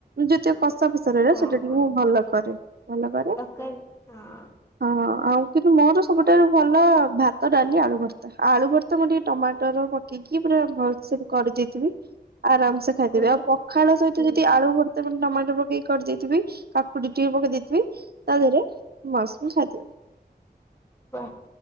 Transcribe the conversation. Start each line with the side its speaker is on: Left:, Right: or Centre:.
Right: ଯେତିକ କଷା ଫସରାରେ
Left: ହଁ
Right: ସେଟା ଟିକେ
Left: ହଁ।
Right: ମୁଁ ଭଲ କରେ ଭଲ କରେ,
Left: ତରକାରୀ ହଁ
Right: ଅ ହଁ। ଆଉ କିନ୍ତୁ ମୋର ସବୁଠାରୁ ଭଲ ଭାତ, ଡାଲି, ଆଳୁ ଭର୍ତ୍ତା, ଆଳୁ ଭର୍ତ୍ତା ମୁଁ ଟିକେ ଟମାଟର ପକେଇକି ପୁରା ଭଲସେ କରି ଦେଇଥିବି ଆରାମସେ ଖାଇଦେବି,
Left: ପୁରୀ
Right: ଆଉ ପଖାଳ
Left: ହୁଁ
Right: ସହିତ ଯଦି ଆଳୁ ଭର୍ ଟମାଟୋ ପକେଇ କର ଦେଇଥିବି କାକୁଡି ଟିକେ ପକେଇ ଦେଇଥିବି। ତା ଧେରେ ମସରୁମ୍ <unintelligible>
Left: ବା